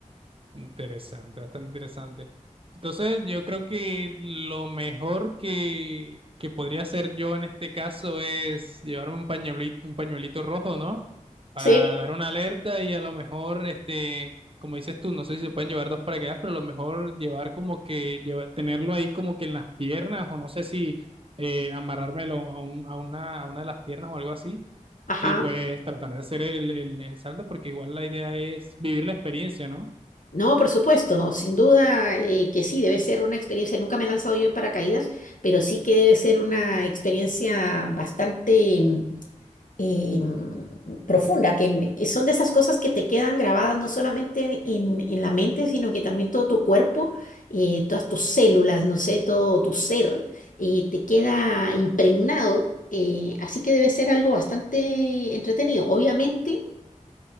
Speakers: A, on the right (about 45°); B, on the left (about 75°).
A: Interesante, bastante interesante. Entonces, yo creo que lo mejor que, que podría hacer yo en este caso es llevarme un pañuelito, un pañuelito rojo, ¿no? Para
B: Sí,
A: dar una alerta y a lo mejor, este, como dices tú, no sé si se pueden llevar dos paracaídas, pero a lo mejor llevar como que, lleva- tenerlo ahí como que en las piernas o no sé si eh, amarrármelo a, un- a una, a una de las piernas o algo así
B: ajá.
A: y pues tratar de hacer el, el el salto porque igual la idea es vivir la experiencia, ¿no?
B: No, por supuesto, sin duda eh, que sí, debe ser una experiencia, nunca me he lanzado yo en paracaídas, pero sí que debe ser una experiencia bastante mm, eh, mm, profunda, que n- y son de esas cosas que te quedan grabadas no solamente en, en la mente, sino que también todo tu cuerpo, eh, todas tus células, no sé, todo tu ser, eh, te queda impregnado, eh, así que debe ser algo bastante entretenido. Obviamente